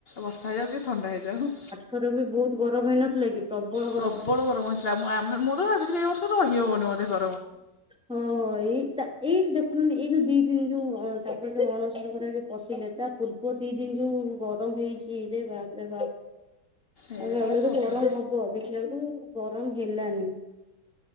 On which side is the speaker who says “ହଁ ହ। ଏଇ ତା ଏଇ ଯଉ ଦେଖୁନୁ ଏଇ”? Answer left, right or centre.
Centre